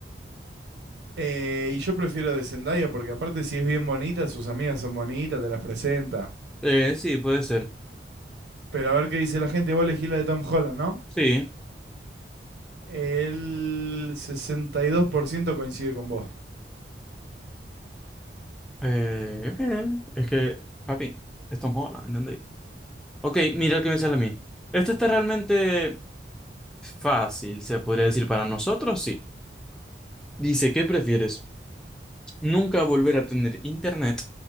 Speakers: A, on the right; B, in the centre.
A: Eh, y yo prefiero de Zendaya porque aparte si es bien bonita, sus amigas son bonitas, te las presenta.
B: Eh, sí, puede ser.
A: Pero a ver qué dice la gente, vos elegís la de Tom Holland, ¿no?
B: Sí.
A: El 62% coincide con vos.
B: Eh, eh, es que, papi, es Tom Holland, ¿entendéis? Ok, mira el que me sale a mí. Esto está realmente fácil, se podría decir para nosotros, sí. Dice, ¿qué prefieres? ¿Nunca volver a tener internet